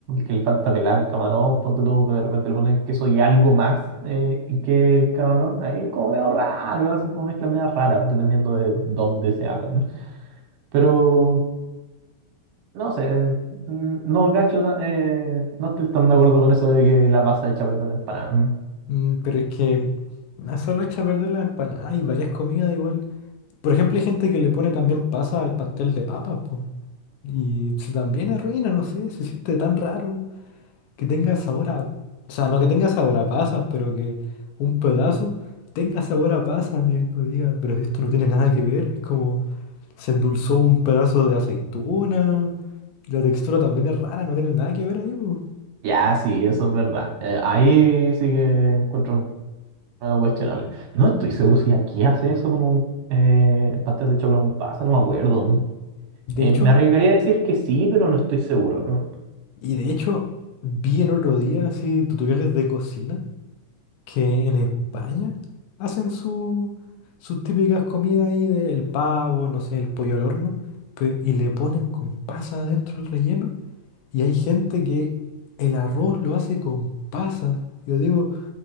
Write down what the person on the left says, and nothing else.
Mm, Pero es que no solo echa a perder las empanadas. Hay varias comidas igual. Por ejemplo, hay gente que le pone también pasa al pastel de papas, po. Y se también arruina, no sé, se siente tan raro que tenga sabor a... O sea, no que tenga sabor a pasas, pero que un pedazo tenga sabor a pasas. Y uno diga, pero esto no tiene nada que ver. Es como se endulzó un pedazo de aceituna. La textura también es rara, no tiene nada que ver ahí, po.
De
hecho...
Y de hecho, vi el otro día así tutoriales de cocina que en España hacen su, sus típicas comidas ahí del pavo, no sé, el pollo al horno, pe- y le ponen con pasa adentro el relleno. Y hay gente que el arroz lo hace con pasa. Yo digo,